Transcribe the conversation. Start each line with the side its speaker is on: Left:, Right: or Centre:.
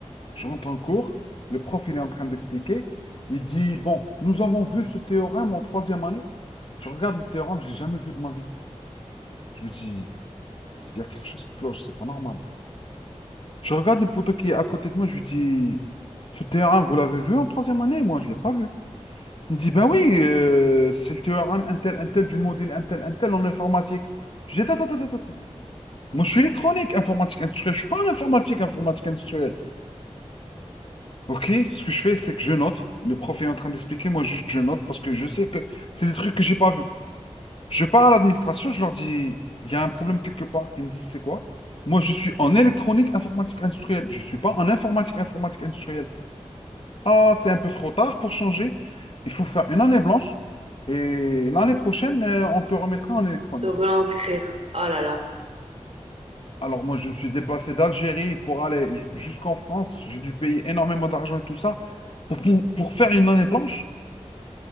Left: je rentre en cours, le prof il est en train d'expliquer, il dit, bon, nous avons vu ce théorème en troisième année, je regarde le théorème, je l'ai jamais vu de ma vie. Je me dis, il y a quelque chose qui cloche, c'est pas normal. Je regarde le poteau qui est à côté de moi, je lui dis, ce théorème, vous l'avez vu en troisième année? Moi, je l'ai pas vu. Il me dit, ben oui, euh, c'est le théorème intel, intel du module intel, intel en informatique. Je dis, attends, attends, attends, attends. Moi, je suis électronique, informatique industrielle, je suis pas en informatique, informatique industrielle. Ok, ce que je fais, c'est que je note. Le prof est en train d'expliquer, moi juste je note parce que je sais que c'est des trucs que j'ai pas vus. Je pars à l'administration, je leur dis, il y a un problème quelque part. Ils me disent, c'est quoi? Moi, je suis en électronique informatique industrielle. Je ne suis pas en informatique informatique industrielle. Ah, c'est un peu trop tard pour changer. Il faut faire une année blanche et l'année prochaine, euh, on te remettra en électronique.
Right: Se réinscrire. Oh là là.
Left: Alors moi, je me suis déplacé d'Algérie pour aller j- jusqu'en France. J'ai dû payer énormément d'argent et tout ça pour, pour pour faire une année blanche.